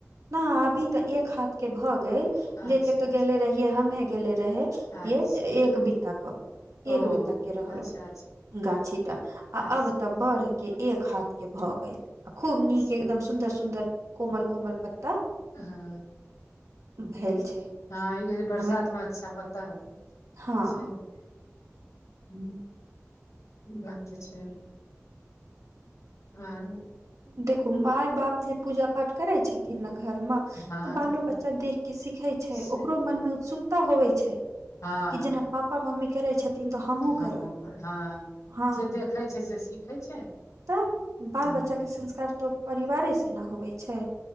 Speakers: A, on the right; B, on the left.
A: न अभी तऽ एक हाथ के भऽ गेल लेके
B: अच्छा
A: तो
B: अच्छा
A: गेले रहिये हमे गेले रहे
B: अच्छा
A: य एक बीताक
B: ओ
A: एक बीता के रहलहु
B: अच्छा अच्छा
A: गाछी आ अब
B: अच्छा
A: तऽ बढ़ के एक हाथ के भऽ गेल खूब
B: अच्छा
A: नीक एकदम सुन्दर सुन्दर कोमल कोमल पत्त
B: हँ ह
A: भेल छै
B: हँ ई बरसात
A: हमे
B: मे अच्छा पत्ता ह आउरो
A: हँ
B: सेहो <inaudible> इ बात त छै <unintelligible> आर
A: देखू माय बाप जे पूजा पाठ करै छथिन ने घर मे तऽ
B: हँ
A: बालो बच्चा देख के सिखै छै
B: सीख
A: ओकरो मन मे उत्सुकता होवे छै
B: हँ
A: कि जेना पापा मम्मी करै छथिन तऽ हमहुँ
B: हमँ
A: करब
B: हँ
A: हँ
B: जे देखै छै से सीखै छै
A: तऽ बाल
B: ह
A: बच्चाके संस्कार तऽ परिवारेसँ न होबै छै